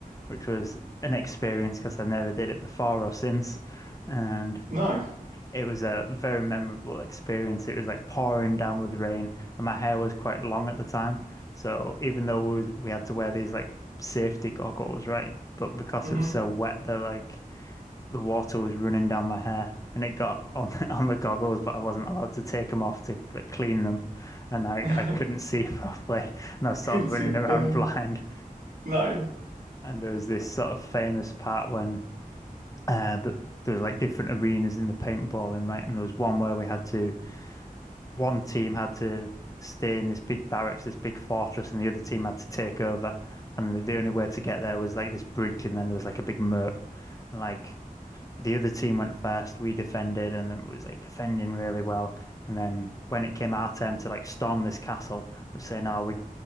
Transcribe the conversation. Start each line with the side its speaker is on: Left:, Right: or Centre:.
Left: which was an experience because I never did it before or since. And
Right: Nice.
Left: it was a very memorable experience. It was like pouring down with rain, and my hair was quite long at the time. So even though we, was, we had to wear these like safety goggles, right? But because
Right: hmm
Left: it was so wet, the like the water was running down my hair, and it got on <laughs> on the goggles, but I wasn't allowed to take them off to like, clean them, and I
Right: <laughs>
Left: I couldn't see <laughs> properly, and I was sort
Right: Couldn't
Left: of
Right: see
Left: running
Right: a
Left: around
Right: thing.
Left: <laughs> blind.
Right: Nice.
Left: And there was this sort of famous part when uh, th there was like different arenas in the paintballing, right? And there was one where we had to one team had to stay in this big barracks, this big fortress, and the other team had to take over. And the, the only way to get there was like this bridge, and then there was like a big moat. And like the other team went first. We defended, and it was like defending really well. And then when it came our turn to like storm this castle, we are saying, "Oh, we,"